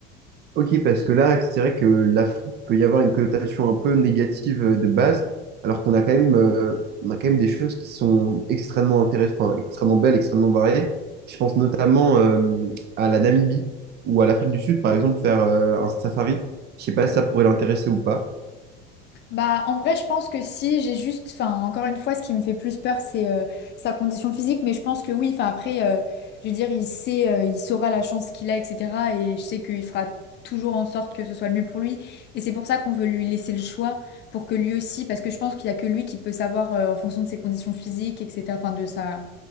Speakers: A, on the right; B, on the left.
A: Ok, parce que là, c'est vrai que l'Afrique peut y avoir une connotation un peu négative euh, de base, alors qu'on a quand même, euh, on a quand même des choses qui sont extrêmement intéressantes, enfin, extrêmement belles, extrêmement variées. Je pense notamment euh, à la Namibie ou à l'Afrique du Sud, par exemple, faire euh, un safari. Je sais pas si ça pourrait l'intéresser ou pas.
B: Bah, en vrai, je pense que si j'ai juste, enfin, encore une fois, ce qui me fait plus peur, c'est euh, sa condition physique, mais je pense que oui, enfin, après, euh, je veux dire, il sait, euh, il saura la chance qu'il a, etc. Et je sais qu'il fera toujours en sorte que ce soit le mieux pour lui. Et c'est pour ça qu'on veut lui laisser le choix, pour que lui aussi, parce que je pense qu'il y a que lui qui peut savoir, euh, en fonction de ses conditions physiques, etc., enfin, de sa,